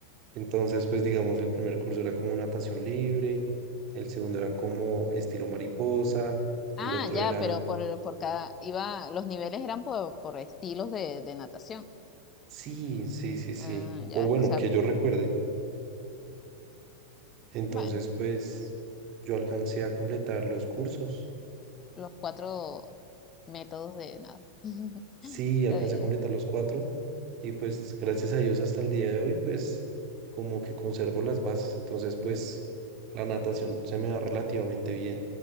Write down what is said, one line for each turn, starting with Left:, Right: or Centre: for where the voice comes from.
Right: Entonces, pues digamos, el primer curso era como natación libre, el segundo era como estilo mariposa, el
Left: Ah,
Right: otro
Left: ya,
Right: era...
Left: pero por, por cada, iba, los niveles eran por, por estilos de, de natación.
Right: Sí, sí, sí, sí.
Left: Ah, ya,
Right: O bueno,
Left: o sea,
Right: que yo recuerde. Entonces,
Left: bueno,
Right: pues yo alcancé a completar los cursos.
Left: los cuatro métodos de nada. <laughs>
Right: Sí,
Left: Está
Right: alcancé
Left: bien.
Right: a completar los cuatro. Y pues gracias a Dios hasta el día de hoy, pues como que conservo las bases. Entonces, pues la natación se me da relativamente bien.